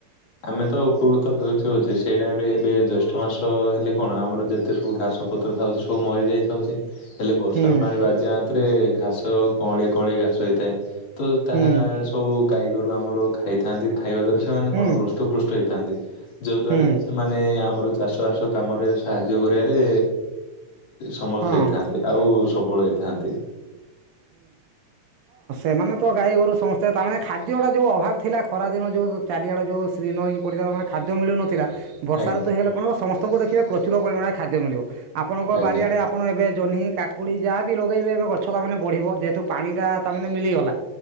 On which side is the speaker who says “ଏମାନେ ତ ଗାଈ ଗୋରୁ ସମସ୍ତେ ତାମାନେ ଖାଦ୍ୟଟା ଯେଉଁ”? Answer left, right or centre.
Right